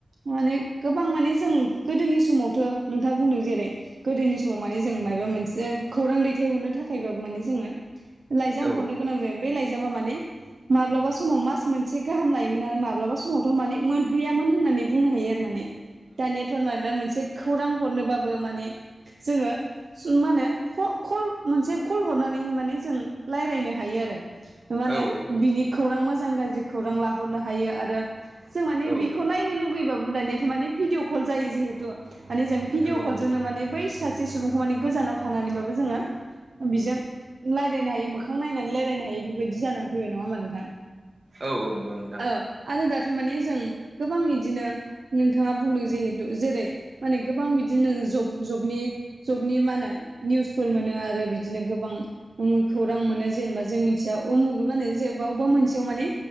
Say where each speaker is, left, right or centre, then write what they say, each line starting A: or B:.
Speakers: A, on the right (about 75°); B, on the right (about 55°).
A: माने गोबां माने जों गोदोनि समावथ' नोंथांङा बुंदों जेरै गोदोनि समाव माने जों मायबा मोनसे खौरां दैथायहरनो था खायसो माने जोङो लायजाम
B: औ
A: हरनो गोनां जायोमोन बे लायजामा माने माब्ला समाव मास मोनसे गाहाम लायोमोन आरो माब्ला समावथ' माने मोनहैयामोन होननानैनो हायो आरो माने दानियाथ' फोर माबा मोनसे खौरां हरनोबाबो माने जोंङो मा होनो खर कल मोनसे कल हरनानैहाय माने जों रायज्लायनो हायो आरो। मा होनो
B: औ
A: बिनि खौरां मोजां गाज्रि खौरां लाहरनो हायो आरो जों मानि
B: औ
A: बे नायनो लुुबैबाबो दानियाथ' माने भिडिअ कल जायो जिहेतु माने जों भिदिअ'
B: नंगौ
A: कलजोंनो
B: नंगौ
A: माने बै सासे सुबुंखौ माने गोजानाव थानानैबाबो जोंङो बेजों रायलायनो हायो मोखां नायनानै रायलायनो हायो बेफोरबायदि जानानै फैबाय नंङा होमा नोंथां
B: औ औ नंगौ नोंथां
A: औ। आरो दाथ' माने जों गोबां इदिनो नोंथांङा बुंदों जेहे थु जेरै माने गोबां बिदिनो ज जबनि जबनि मा होनो निउसफोर मोनो आरो बिदिनो गोबांउम खौरां मोनो जेनेबा जों मिथि दा उमुग माने जेबा अबेबा मोनसेयाव माने